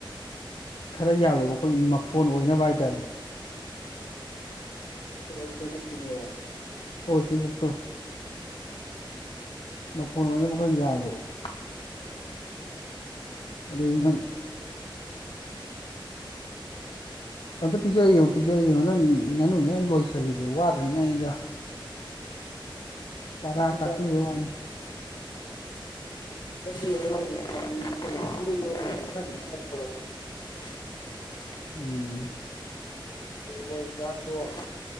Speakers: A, on the left; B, on the left.
A: ꯈꯔꯥ ꯌꯥꯜꯂꯣꯕꯀꫭ ꯑꯩꯈꯣꯏꯒꯤ ꯃꯐꯣꯟ ꯑꯣꯏꯅꯕ ꯍꯥꯏꯇꯥꯔꯦ
B: ꯑ ꯋꯥꯀꯨꯞ ꯍꯥꯏꯁ‌ꯦ ꯆ‌ꯦꯡꯀꯨꯞ ꯇꯨꯅ‌ꯦꯕ
A: ꯍꫭꯏ ꯆꯤꯡꯒꯨꯞꯇꫭ ꯃꯐꫭꯟ ꯑꯣꯏꯅꯈꯔ ꯌꯥꯜꯂꯨꯕ ꯑꯗꯨꯑꫭꯏꯗꯤ ꯅꯪ ꯑꯝꯇ ꯄꯤꯖꯔ ꯌ‌ꯦꯉꯨ ꯄꯤꯖꯔ ꯌ‌ꯦꯉꯨ ꯅꯪ ꯉꯥꯅꯨ ꯃꯌꯥꯝ ꯂꯣꯏꯁꯤꯜꯂꯤꯗꯣ ꯋꯥꯠ ꯗꯅꯤ ꯉꯥꯏꯅꯤꯗ ꯄꯔꯥ
B: ꯃꯆꯤꯟꯖꯥꯛꯁꯦ
A: ꯇꯥꯛꯄꯤꯕ ꯋꯥꯅꯤꯗ
B: <unintelligible> <unintelligible>
A: ꯎꯝ
B: ꯀꯩꯅꫭ ꯆꯥꯛꯇꫭ